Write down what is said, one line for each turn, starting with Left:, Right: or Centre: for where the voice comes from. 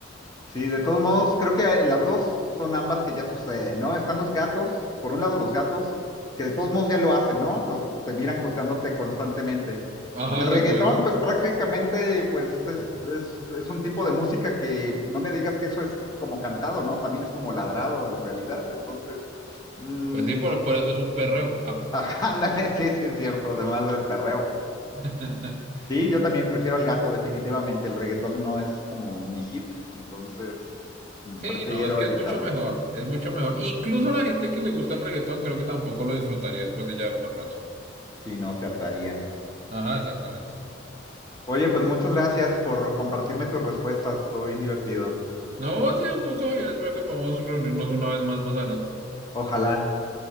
Left: Sí, de todos modos, creo que las dos son ambas que ya suceden, ¿no? Están los gatos, por un lado los gatos, que de todos modos ya lo hacen, ¿no? Los, te miran juzgándote constantemente.
Right: Ajá,
Left: Y el reggaetón,
Right: exactamente.
Left: pues prácticamente, pues es, es, es un tipo de música que no me digas que eso es como cantado, ¿no? También es como ladrado en realidad. Entonces, mm,
Right: Pues sí, por, por eso es un perreo. ja.
Left: ajá, <laughs> ándale, sí, sí es cierto, además del perreo.
Right: <laughs>
Left: Sí, yo también prefiero al gato, definitivamente. El reggaetón no es como mi hit, entonces mm,
Right: Sí,
Left: prefiero
Right: no, es que
Left: evitarlo.
Right: es mucho mejor. Es mucho mejor. Incluso la gente que le gusta el reggaetón creo que tampoco lo disfrutaría después de ya un buen rato.
Left: Si no, se hartaría.
Right: Ajá, exactamente.
Left: Oye, pues muchas gracias por compartirme tus respuestas. Estuvo bien divertido.
Right: No, ha sido un gusto, Javier. Espero que podamos reunirnos una vez más más adelante.
Left: Ojalá.